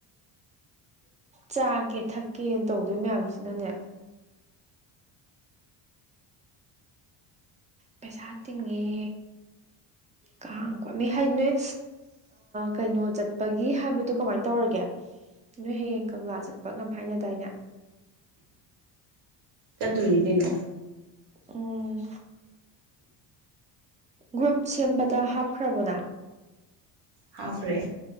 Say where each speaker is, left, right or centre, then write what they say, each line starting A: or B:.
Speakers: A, on the right; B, on the right.
A: ꯆꯥꯀꯦ ꯊꯛꯀꯦꯅ ꯇꯧꯗꯣꯏ ꯃꯌꯥꯝꯁꯤꯅꯅꯦ ꯄꯩꯁꯥ ꯇꯤꯡꯉꯦ ꯀꯥꯡ ꯀꯣꯃꯤ ꯍꯥꯏ ꯅꯣꯏ ꯀꯩꯅꯣ ꯆꯠꯄꯒꯤ ꯍꯥꯏꯕꯗꯨꯣ ꯀꯃꯥꯏ ꯇꯧꯔꯒꯦ ꯅꯣꯏ ꯍꯌꯦꯡ ꯀꯪꯂꯥ ꯆꯠꯄ ꯀ ꯍꯥꯏꯅꯗꯥꯏꯅ
B: ꯆꯠꯇꯣꯏꯅꯤ ꯀꯩꯅꯣ
A: ꯎꯝ ꯒ꯭ꯔꯨꯞ ꯁꯦꯝꯕꯗ ꯍꯥꯞꯈ꯭ꯔꯕꯣꯅ
B: ꯍꯥꯈ꯭ꯔꯦ